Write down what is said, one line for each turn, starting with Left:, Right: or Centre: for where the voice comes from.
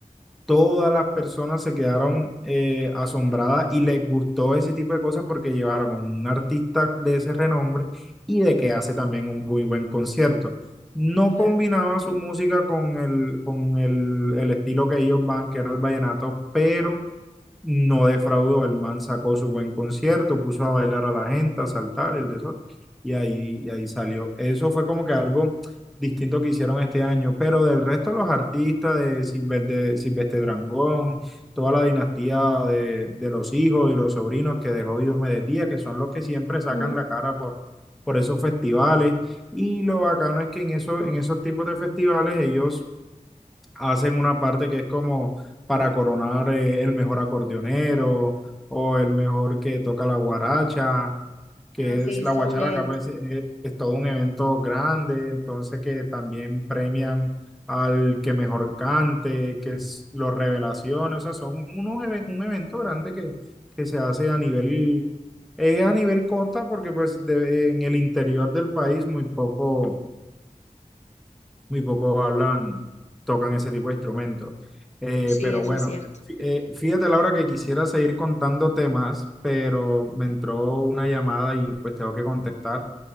Centre: todas las personas se quedaron eh, asombradas y les gustó ese tipo de cosas porque llevaron a un artista de ese renombre y de que hace también un muy buen concierto. No
Left: claro.
Centre: combinaba su música con el, con el, el estilo que ellos van, que era el vallenato, pero no defraudó, el man sacó su buen concierto, puso a bailar a la gente, a saltar el desorden, y ahí, y ahí salió. Eso fue como que algo distinto que hicieron este año, pero del resto los artistas de, Silver, de Silvestre Drangón, toda la dinastía de, de los hijos y los sobrinos que dejó Diomedes Díaz, que son los que siempre sacan
Left: Mm,
Centre: la cara por, por esos festivales, y lo bacano es que en, eso, en esos tipos de festivales ellos hacen una parte que es como para coronar eh, el mejor acordeonero o el mejor que toca la guaracha, que
Left: ah, ok,
Centre: es
Left: es
Centre: la guacharaca,
Left: todo un evento.
Centre: pues eh, es, todo un evento grande, entonces que también premian al que mejor cante, que es los revelaciones, o sea, son unos even- un evento grande que, que se hace a nivel, es a nivel costa porque pues de- en el interior del país muy poco muy pocos hablan, tocan ese tipo de instrumentos. Eh,
Left: Sí,
Centre: pero
Left: eso
Centre: bueno,
Left: es cierto.
Centre: fí- eh, fíjate, Laura, que quisiera seguir contando temas, pero me entró una llamada y pues tengo que contestar.